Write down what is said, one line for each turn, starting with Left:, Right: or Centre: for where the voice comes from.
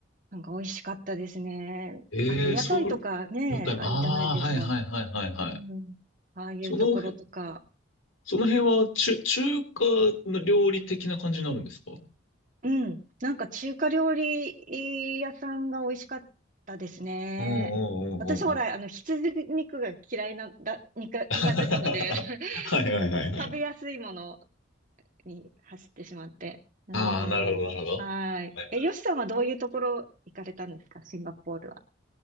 Right: なんか美味しかったですね。
Left: ええ、
Right: あと、屋台とかね、
Left: そう、ヨタイム。
Right: あるじゃないですか。
Left: ああ、はい、はい、はい、はい、はい。
Right: うん。ああいうところとか。
Left: その辺、その辺は中、中華の料理的な感じになるんですか
Right: うん。なんか中華料理屋さんが美味しかったですね。
Left: うんうんうんうんうん。
Right: 私ほら、あの、羊肉が嫌いな、だ、にか、
Left: <laughs> は
Right: 苦手なので <laughs>
Left: いはいはいはい。
Right: 食べやすいものに走ってしまって。う
Left: ああ、なるほどなるほど。
Right: ん。はい。
Left: はいは
Right: え、よしさんはどういうところ行かれたんですかシンガポールは。